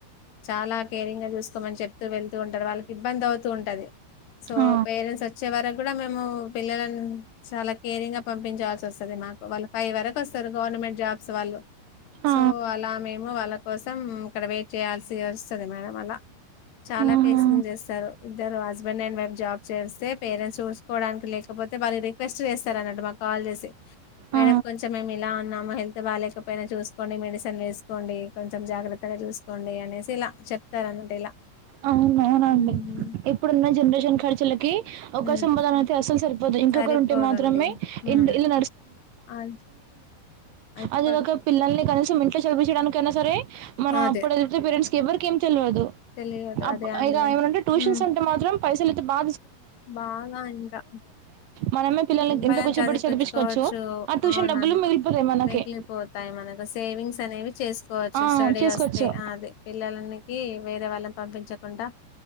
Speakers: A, on the left; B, on the right.
A: చాలా కేరింగ్ గా చూసుకోమని చెప్తూ వెళ్తూ ఉంటారు. వాళ్ళకి ఇబ్బంది అవుతూ ఉంటాది సో
B: ఆ
A: పేరెంట్స్ వచ్చే వరకు కూడా మేము. పిల్లలన్ చాలా కేరింగ్ గా పంపించాల్సి వస్తది మాకు వాళ్ళు ఫైవ్ వరకు వస్తరు గవర్నమెంట్ జాబ్స్ వాళ్ళు.
B: ఆ
A: సో అలా మేము వాళ్ళ కోసం ఇక్కడ వే చేయాల్సి వస్తది మేడం అలా చాలా
B: ఆహా
A: ఫేసింగ్ చేస్తారు ఇద్దరు హస్బెండ్ డ్ అండ్ వైఫ్ జాబ్ చేస్తే పేరెంట్స్ చూక లేకపోతే వాళ్లు రిక్వెస్ట్ చేస్తారన్నట్టు మాకు కాల్ చేసి మేడం
B: ఆ
A: కొంచమేమిలా మ్మ హెల్త్ బా లేకపోయినా చూసుకోండి మెడిసన్ వేసుకోండి కొంచెం జాగ్రత్తగా చూసుకోండి అనేసి ఇలా చెప్తారు అన్నట్టు ఇలా
B: అవున అవునండి
A: ఉమ్
B: ఇప్పుడున్న జనరేషన్ షన్ ఖర్చులకి ఒకరి
A: ఉమ్,
B: సంపాదన అయితే అసలు సరిపోదు ఇంకొకరు
A: సరిపోదండి
B: ఉంటే మాత్రమే
A: ఉమ్
B: ఇ ఇల్
A: అద్- ఇప్పుడు
B: అది ఒక పిల్లల్ని కనేసి ఇంకా చదివిపించడానికి అయినా సరే మనం
A: అదే
B: అప్పుడు చదివితే పేరెంట్స్ కి ఎవ్వరికి ఏం తెలవదు
A: తెలియదు
B: అప్
A: అదే అండి
B: ఇగ ఏమన్నా అంటే ట్యూషన్స్
A: ఉమ్
B: ఉంటే మాత్రం పైసలైతే బా
A: బాగా ఇంకాం
B: మనమే పిల్లల్ని
A: పం
B: ఇంట్లో కూర్చోబెట్టి
A: చదివిపించుకోవచ్చు
B: చదిపించుకోవచ్చు ఆ ట్యూషన్
A: అవునండి
B: డబ్బులు మిగిలిపోతాయి మనకి
A: మిగిలిపోతాయి మనకు సేవింగ్స్ అనేవి చేసు కోవచ్చు
B: ఆ
A: స్టడీ
B: చేసుకోవచ్చు
A: వస్తే అది పిల్లలకి వేరే వాళ్ళని పంపించకుండా